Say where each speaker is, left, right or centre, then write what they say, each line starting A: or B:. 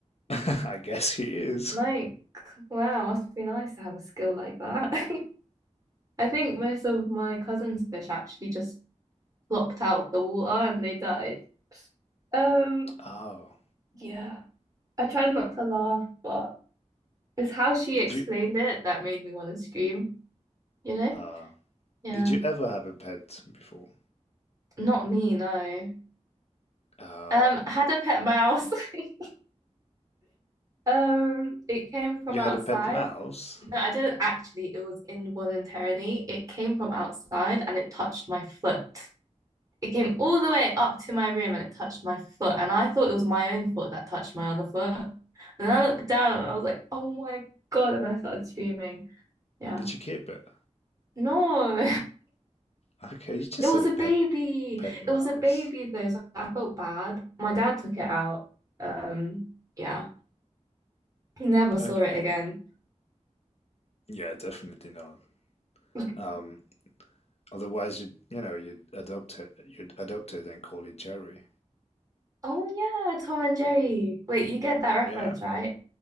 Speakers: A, on the left; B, on the right.
A: <laughs> I guess he is.
B: Like, wow, must be nice to have a skill like that. <laughs> I think most of my cousin's fish actually just flopped out of the water and they died. Um,
A: Oh,
B: yeah, I tried not to laugh, but it's how she
A: did
B: explained
A: you?
B: it that made me want to scream, you know?
A: Uh,
B: Yeah,
A: did you ever have a pet before?
B: not me, no.
A: Oh,
B: Um, I had a pet mouse. <laughs> Um, it came from
A: you had
B: outside.
A: a pet mouse.
B: No, I didn't actually. It was involuntarily. It came from outside and it touched my foot. it came all the way up to my room and it touched my foot. And I thought it was my own foot that touched my other foot. And then I looked down and I was like, oh my God. And I started screaming. Yeah.
A: Did you keep it?
B: No,
A: Okay,
B: <laughs>
A: you just
B: it was
A: said a
B: a
A: pet
B: baby.
A: pet mouse.
B: It was a baby though. So I felt bad. My dad took it out. Um, yeah. Never saw
A: Okay,
B: it again.
A: yeah, definitely not.
B: <laughs>
A: Um, otherwise you'd you know you'd adopt it you'd adopt it and call it Jerry.
B: Oh yeah, Tom and Jerry. Wait, you get that reference,
A: Yeah,
B: right?